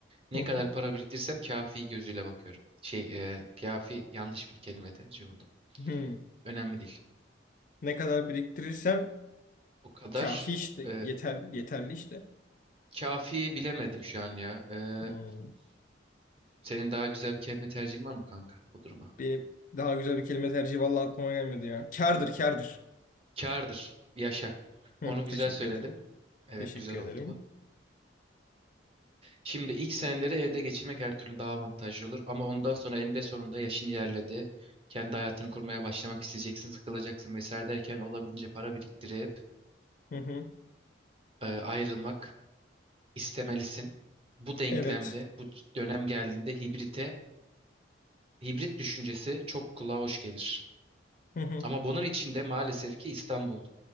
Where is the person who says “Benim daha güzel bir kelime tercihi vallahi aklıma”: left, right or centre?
Left